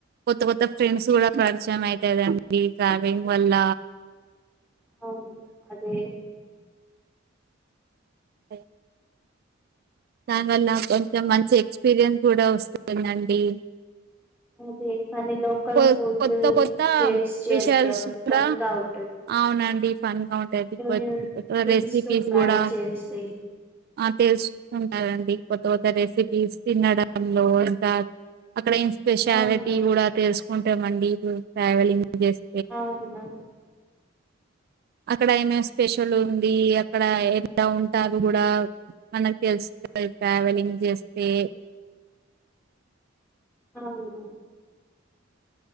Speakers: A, on the right (about 50°); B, in the centre.
A: కొత్త కొత్త ఫ్రెండ్స్ కూడా పరిచయం అయ్తదండి ట్రావెలింగ్ వల్ల
B: అవును అదే
A: <inaudible> దాని వల్ల కొంచెం మంచి ఎక్స్పీరియన్స్ కూడా వస్తుందండి
B: అదే కానీ లోకల్
A: కొ
B: ఫుడ్
A: కొత్త కొత్త
B: టేస్ట్ చేద్దాం
A: విషయాల్స్ కూడా
B: ఫన్ గా ఉ
A: అవునండి ఫన్ గా ఉంటాదికు
B: న్యూ
A: వ
B: థింగ్స్
A: రెసిపీస్
B: ను ట్రై
A: కూడా
B: చేసి
A: ఆ తెలుసు ఉంటారండి కొత్త కొత్త రెసిపీస్ తినడంలో ఇంకా అక్కడ స్పెషాలిటీ
B: అవును
A: కూడా తెలుసుకుంటామండి ఇప్పుడు ట్రావెలింగ్ చేస్
B: అవున
A: అక్కడ ఏమే స్పెషల్ ఉంది అక్కడ ఎ ఉంటారు కూడా మనకు తెలుసు <inaudible> ట్రావెలింగ్ చేస్తే
B: అవును